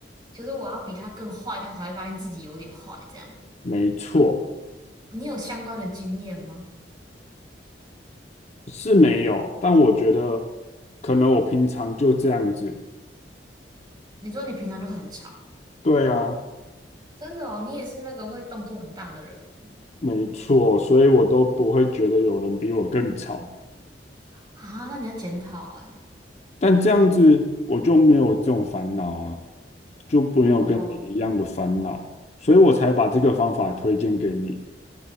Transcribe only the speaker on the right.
就是我要比他更坏，他才会发现自己有点坏。这样，
你有相关的经验吗？
你说你平常就很吵，
真的哦，你也是那个会动作很大的人吗？
啊，那你要检讨哎。
哦